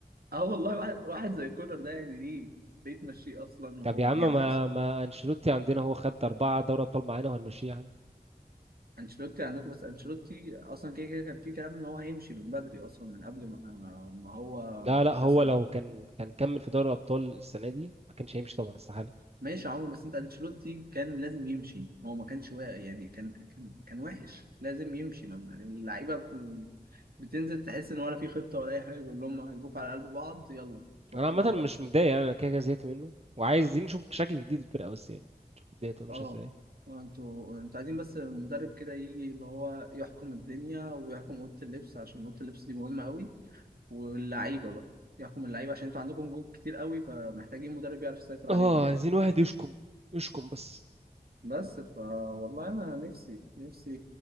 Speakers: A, on the right (about 70°); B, on the right (about 40°).
A: اه والله واحد واحد زي كولر ده يعني ليه ليه تمشيه اصلا
B: <laughs> طب
A: وهو
B: يا عم
A: يعني ما
B: ما
A: عملش
B: ما انشيلوتي عندنا هو خد اربعه دوري ابطال معانا وهنمشيه يعني
A: انشيلوتي عندكم بس انشيلوتي اصلا كده كده كان في كلام ان هو هيمشي من بدري اصلا من قبل ما ما هو
B: لا لا
A: خسر
B: هو لو كان كان كمل في دوري الابطال السنه دي ما كانش هيمشي طبعا استحاله
A: ماشي يا عمر بس انت انشيلوتي كان لازم يمشي هو ما كانش واقع يعني كان كان كان وحش لازم يمشي ما اللعيبه بت- بتنزل تحس ان ولا في خطه ولا اي حاجه بيقول لهم قلبكم على قلب بعض يلا توكلوا
B: انا عامه
A: على الله
B: مش متضايق يعني انا كده كده زهقت منه وعايزين نشوف شكل جديد للفرقه بس يعني نشوف الدنيا تبقى ماشيه
A: اه
B: ازاي
A: اه انتوا انتوا عايزين بس مدرب كده يجي اللي هو يحكم الدنيا ويحكم اوضه اللبس عشان اوضه اللبس دي مهمه قوي واللعيبه بقى يحكم اللعيبه عشان انتوا عندكم جوب كتير قوي فمحتاجين مدرب يعرف يسيطر عليهم
B: اه
A: يعني
B: عايزين واحد يشكم يشكم بس
A: بس فا والله انا نفسي نفسي